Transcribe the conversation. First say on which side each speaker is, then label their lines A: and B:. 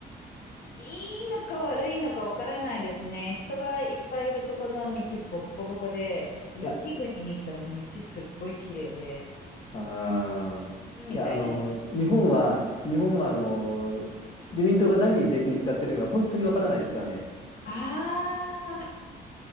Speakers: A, on the left (about 60°); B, on the left (about 35°).
A: いいのか悪いのかわからないですね。人がいっぱいいるとこの道ボッコボコで、雪国に行ったら道すっごい綺麗で、
B: いやああ、
A: うんみたいなね。
B: いや、あの、日本は、日本は、あの、自民党が何に税金使ってるか本当にわからないですからね。
A: ああ、